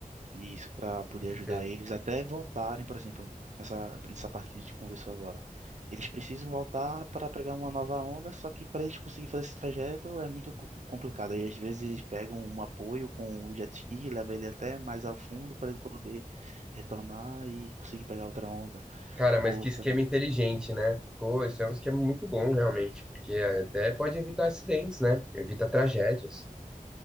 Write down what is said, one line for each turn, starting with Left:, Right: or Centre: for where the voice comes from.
Right: e Isso, para poder
Centre: Tem que
Right: ajudar
Centre: ter.
Right: eles até voltarem, por exemplo, nessa, nessa parte que a gente conversou agora. Eles precisam voltar para pegar uma nova onda, só que para eles conseguirem fazer esse trajeto é muito co- complicado. E às vezes eles pegam um apoio com o jet ski, leva ele até mais ao fundo para ele poder retornar e conseguir pegar outra onda.
Centre: Cara, mas
Right: Ou
Centre: que esquema
Right: sei lá.
Centre: inteligente, né? Pô, isso é um esquema muito bom, realmente, porque até pode evitar acidentes, né? Evita tragédias.